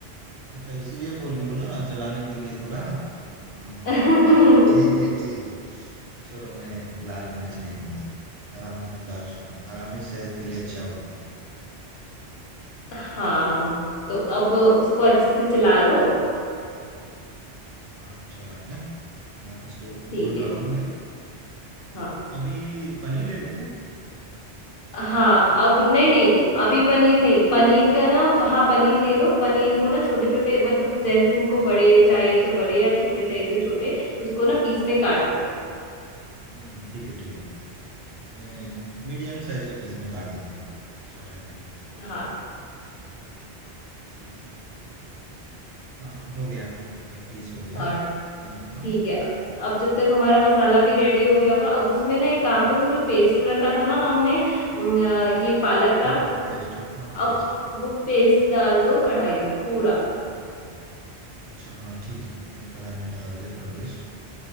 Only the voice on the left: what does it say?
<laughs>
हाँ तो अब उसको अच्छे से चला लो
ठीक
है
हाँ
हाँ अब नहीं नहीं अभी पनीर नहीं पनीर का ना हाँ पनीर ले लो पनीर को ना छोटे छोटे मतलब जैसे तुमको बड़े चाहिए तो बड़े या छोटे चाहिए तो छोटे उसको ना पीस में काट लो
हाँ
और
ठीक है अब जब तक हमारा मसाला भी रेडी हो गया होगा अब उसमें ना एक काम करो जो पेस्ट रखा था ना हमने अम, ये पालक
का
अब
वो पेस्ट डाल दो कढ़ाई में पूरा